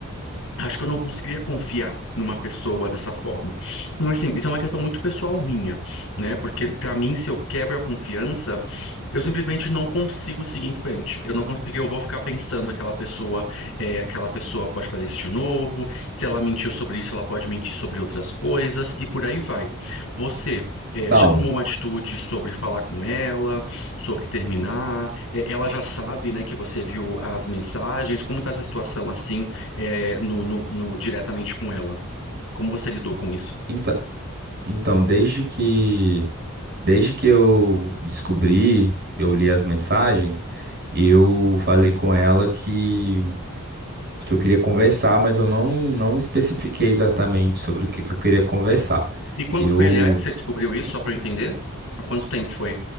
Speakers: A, on the left; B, on the right.
A: Acho que eu não conseguiria confiar numa pessoa dessa forma. Mas, assim, isso é uma questão muito pessoal minha, né? Porque, para mim, se eu quebro a confiança, eu simplesmente não consigo seguir em frente. Eu não cons- porque eu vou ficar pensando aquela pessoa, é, aquela pessoa pode fazer isso de novo. Se ela mentiu sobre isso, ela pode mentir sobre outras coisas e por aí vai. Você, é,
B: Então,
A: já tomou uma atitude sobre falar com ela, sobre terminar? É, ela já sabe, né, que você viu as mensagens. Como está essa situação assim, é, no, no- no- diretamente com ela? Como você lidou com isso?
B: então, então, desde que desde que eu descobri, eu li as mensagens, eu falei com ela que, que eu queria conversar, mas eu não, não especifiquei exatamente sobre o que, que eu queria conversar.
A: E quando
B: Eu
A: foi, aliás, que você descobriu isso, só para eu entender? Há quanto tempo foi?